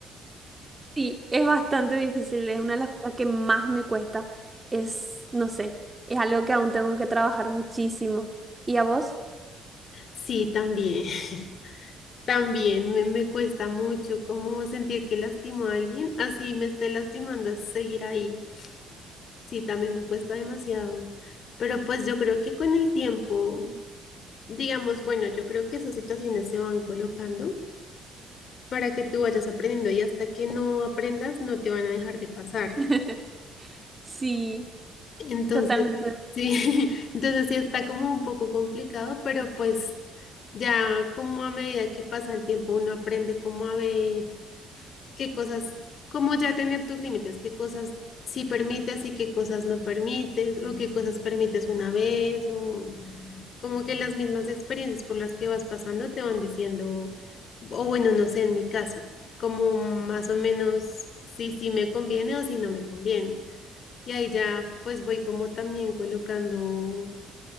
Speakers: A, on the right; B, on the left.
A: Sí, es bastante difícil. Es una de las cosas que más me cuesta. Es, no sé, es algo que aún tengo que trabajar muchísimo. ¿Y a vos?
B: Sí, también, <laughs> también me, me cuesta mucho como sentir que lastimo a alguien, así me esté lastimando, es seguir ahí Sí, también me cuesta demasiado. Pero pues yo creo que con el tiempo, digamos, bueno, yo creo que esas situaciones se van colocando para que tú vayas aprendiendo y hasta que no aprendas no te van a dejar de pasar.
A: <laughs> Sí,
B: Entonces,
A: totalmente
B: sí, <laughs> entonces sí está como un poco complicado, pero pues ya como a medida que pasa el tiempo uno aprende cómo a ver qué cosas, cómo ya tener tus límites, qué cosas sí permites y qué cosas no permites o qué cosas permites una vez o... como que las mismas experiencias por las que vas pasando te van diciendo, o bueno, no sé, en mi caso, como más o menos si sí me conviene o si no me conviene. Y ahí ya pues voy como también colocando,